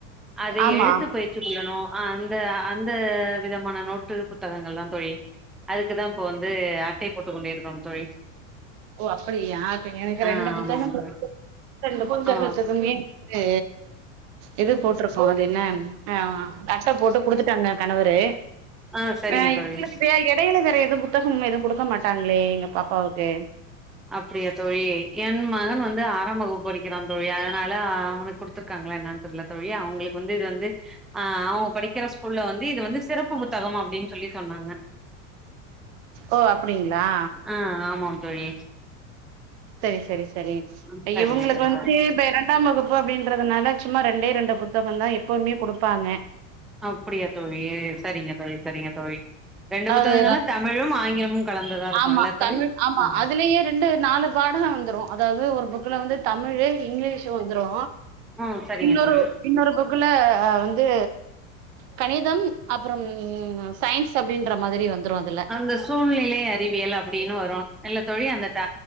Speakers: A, in the centre; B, on the right (about 55°).
A: அதை
B: ஆமா
A: எழுத்து பயிற் சி <unintelligible> அந்த அந்த விதமான நோட்டு புத்தகங்கள்லா தோழி அதுக்குதா இப்போ வந்து அட்டை போட்டு கொண்டிருக்கோம் தோழி
B: ஓ அப்பிடியா இப்ப எனக்கு
A: ஆ
B: ரெண்டு புத்தகங்கள்
A: ஆமாம் தோழி
B: ரெண்டு <inaudible> <unintelligible>
A: ஆ
B: அ எது போட்டுருக்கோ அது என்ன அ அட்ட போட்டு குடுத்து ட்டாங்க கணவரு
A: ஆ சரிங்க
B: அ இவங்களுக்கு
A: தோழி
B: <unintelligible> எடையில வேற எதுவு புத்தகம் எதவும் கொடுக்க மாட்டாங்ளே எங்க பாப்பாவுக்கு
A: அப்பிடியா தோழி என் மகன் வந்து ஆறாம் வகுப்பு படிக்கிறா தோழி அதனால அவனு குடுத் துருக்காங்கலா என்னன்னு தெரியில தோழி அவுங்களுக்கு வந்து இது வந்து ஆ அவங்க படிக்கிற ஸ்கூல்ல வந்து இது வந்து சிறப்பு புத்தகம் அப்பிடின்னு சொல்லி சொன்னாங்க
B: ஓ அப்டிங்களா
A: ஆ ஆமாம் தோழி
B: செரி செரி செரி
A: ம் சரிங்க
B: இவங்களுக்கு
A: தோழி
B: வந்து இப்ப இரண்டாம் வகுப்பு பு அப்டின்றதுனால சும்மா ரெண்டே ரெண்டு புத்தகம் தா எப்பவுமே குடுப்பாங்க
A: அப்பிடியா தோழி சரிங்க தோழி சரிங்க தோழி ரெண்டு புத்தகங்கள்னா
B: அது
A: தமிழும் ஆங்கிலமும் கலந்துதா இருக்குல்ல
B: ஆமா
A: தோழி
B: தமிழ் ஆமா
A: ஆ
B: அதுலயே ரெண்டு நாலு பாடலு வந்துரு அதாவது ஒரு புக்கல வந்து தமிலு இங்கிலீஷ் வந்துரு
A: ம் சரிங்க
B: இன்னொரு
A: தோழி
B: இன்னொரு புக்குல வந்து கணிதம் அப்பறம் சயின்ஸ் அப்டின்ற மாதிரி வந்துரு அதுல
A: அந்த சூழ்நிலை அறிவியல் அப்டின்னு வரு இல்ல தோழி அந்த த